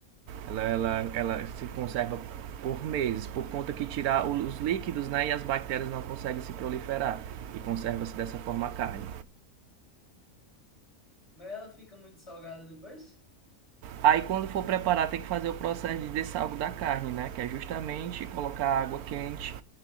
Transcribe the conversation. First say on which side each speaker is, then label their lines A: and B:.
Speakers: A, on the right (about 75°); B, on the left (about 45°).
A: Ela, ela, ela se conserva por meses, por conta que tirar os líquidos né, e as bactérias não conseguem se proliferar e conserva-se dessa forma a carne.
B: Mas ela fica muito salgada depois?
A: Aí quando for preparar tem que fazer o processo de dessalgo da carne, né? Que é justamente colocar água quente